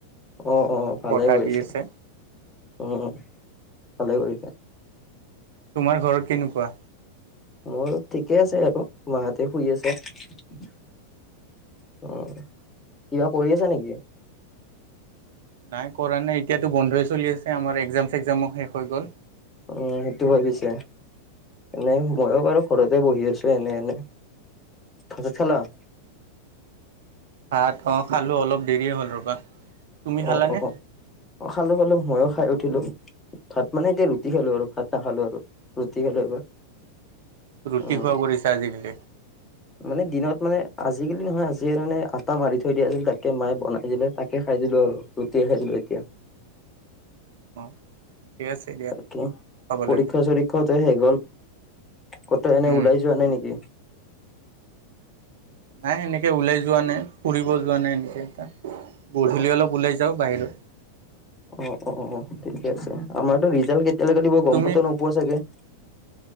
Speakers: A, on the left (about 20°); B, on the right (about 55°).
A: অহ অহ ভালে
B: বতাহ
A: কৰিছে
B: দি আছে।
A: উম ভালে কৰি-
B: তোমাৰ ঘৰত কেনেকুৱা?
A: মোৰ ঠিকে আছে আৰু মাহতে শুই আছে। উম কিবা কৰি আছা নেকি?
B: নাই কৰা নাই এতিয়াতো বন্ধই চলি আছে আমাৰ একজাম চেকজামো শেষ হৈ গ'ল।
A: উম সেইটো হয় পিছে। এনে ময়ো বাৰু ঘৰতে বহি আছো এনে এনে। ভাত চাত খালা? <inaudible>
B: ভাত অহ খালো অলপ দেৰিয়ে হ'ল ৰবা। তুমি
A: অহ
B: খালানে?
A: অহ অহ খালো খালো ময়ো খাই উঠিলো ভাত মানে এতিয়া ৰুটি খালো আৰু ভাত নাখালোঁ আৰু ৰুটি খালো এইবাৰ
B: ৰুটি
A: উম
B: খোৱা কৰিছা আজিকালি
A: মানে দিনত মানে আজিকালি নহয় আজিয়ে মানে আটা মাৰি থৈ দিয়া আছিল তাকে মায়ে বনাই দিলে তাকে খাই দিয়ে ছিলো আৰু ৰুটি খাই দিলো এতিয়া।
B: অ'। ঠিকে আছে দিয়া
A: তাকে
B: খাব
A: পৰীক্ষা
B: লাগে
A: চৰীক্ষাতে শেষ হ'ল। ক'ত এনে
B: উম।
A: ওলাই যোৱা নাই নেকি?
B: নাই এনেকে ওলাই যোৱা নাই। ফুৰিব যোৱা নাই এনেকেটা। গধূলি অলপ ওলাই যাওঁ বাহিৰত।
A: অহ অহ ঠিকে আছে আমাৰতো ৰিজাল্ট কেতিয়ালৈকে দিব গম
B: তুমি
A: পাতো নোপোৱা চাগে।